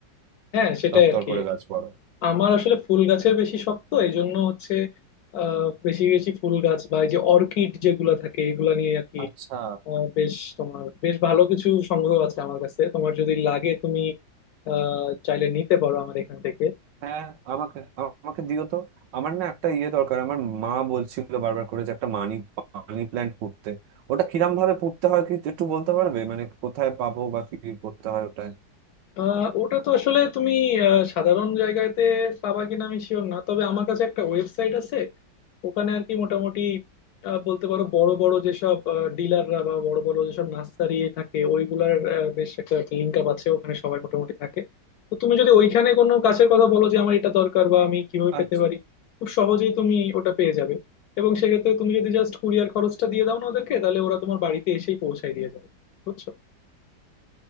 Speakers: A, on the left (about 70°); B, on the right (about 75°).
A: হ্যাঁ সেটাই
B: তরতর
A: আর কি
B: করে গাছ বড়
A: আমার আসলে ফুল গাছের বেশি শখ তো এই জন্য হচ্ছে আহ, বেশি বেশি ফুল গাছ বা এই যে অর্কিড যেগুলা থাকে এগুলা নিয়ে আর কি
B: আচ্ছা
A: আহ, বেশ তোমার বেশ ভালো কিছু সংগ্রহ আছে আমার কাছে তোমার যদি লাগে তুমি আহ, চাইলে নিতে পারো আমার এখান থেকে
B: হ্যাঁ আমাকে আমাকে দিও তো আমার না একটা ইয়ে দরকার আমার মা বলছিল বারবার করে যে একটা মানি মানি প্ল্যান্ট পুঁততে ওটা কিরম ভাবে পুঁততে হয় কি একটু বলতে পারবে মানে কোথায় পাবো বা কি করতে হয় ওটায়
A: আহ, ওটা তো আসলে তুমি আহ, সাধারণ জায়গাতে পাবা কিনা আমি শিওর না তবে আমার কাছে একটা ওয়েবসাইট আছে ওখানে আর কি মোটামুটি আহ, বলতে পারো বড় বড় যেসব ডিলাররা বা বড় বড় যেসব নার্সারি থাকে ওইগুলার আহ, বেশ একটা লিঙ্ক আপ আছে ওখানে সবাই মোটামুটি থাকে তো তুমি যদি ওইখানে কোনো গাছের কথা বলো যে আমার এটা দরকার বা আমি কিভাবে
B: আচ্ছা
A: পেতে পারি খুব সহজেই তুমি ওটা পেয়ে যাবে এবং সেক্ষেত্রে তুমি যদি জাস্ট কুরিয়ার খরচটা দিয়ে দাও না ওদেরকে তাহলে ওরা তোমার বাড়িতে এসেই পৌঁছায় দিয়ে যাবে বুঝছো